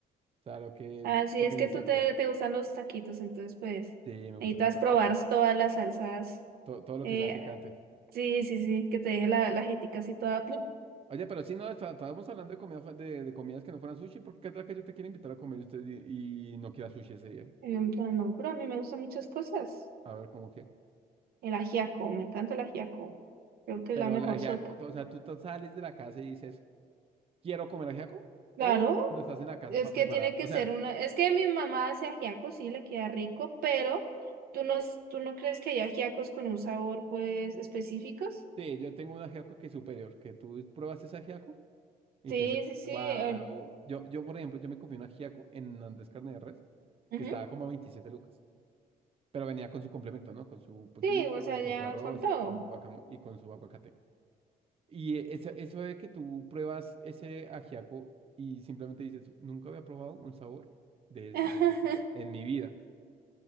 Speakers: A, on the right; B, on the right.
A: O sea, lo que
B: Así
A: es comer
B: es que
A: insectos.
B: tú te, te gustan los taquitos, entonces pues
A: Sí, me gustan
B: necesitas
A: las cosas
B: probar
A: picantes.
B: todas las salsas.
A: To- todo lo
B: Eh,
A: que sea picante.
B: sí, sí, sí, que te deje la, la ajítica así toda. ¡pum!
A: Oye, pero si no, está- estábamos hablando de, comida, fa- de, de comidas que no fueran sushi, porque qué tal que yo te quiero invitar a comer y usted y, y no quiera sushi ese día.
B: Y yo en plan, no, pero a mí me gustan muchas cosas.
A: A ver, ¿cómo qué
B: El ajiaco, me encanta el ajiaco. Creo que
A: Pero
B: es la mejor
A: la ajiaco,
B: sopa.
A: o sea, tú te sales de la casa y dices. quiero comer ajiaco o
B: Claro,
A: cuando estás en la casa
B: es
A: para
B: que
A: preparar.
B: tiene que
A: O sea,
B: ser una. Es que mi mamá hace ajiaco, sí, le queda rico, pero ¿tú no, s- tú no crees que hay ajiacos con un sabor pues específicos?
A: sí, yo tengo un ajiaco que es superior, que tú pruebas ese ajiaco y
B: Sí,
A: te dices,
B: sí, sí.
A: wow.
B: el-
A: Yo, yo, por ejemplo, yo me comí un ajiaco en Andrés Carne de Res
B: ujú,
A: que estaba como a 27 lucas, pero venía con su complemento, ¿no? Con su pollito,
B: Sí, o sea,
A: con
B: ya
A: su arroz
B: con todo.
A: y con guacamo y con su aguacate. Y eh, eso, eso de que tú pruebas ese ajiaco y simplemente dices, nunca había probado un sabor de,
B: <laughs>
A: de este estilo en mi vida.